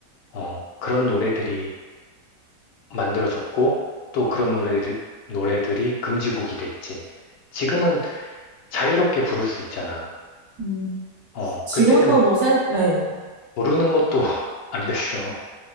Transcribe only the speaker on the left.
어, 그런 노래들이 만들어졌고, 또 그런 노래들, 노래들이 금지곡이 됐지. 지금은 자유롭게 부를 수 있잖아.
어,
그때는
모르는 것도 <laughs> 안 됐어.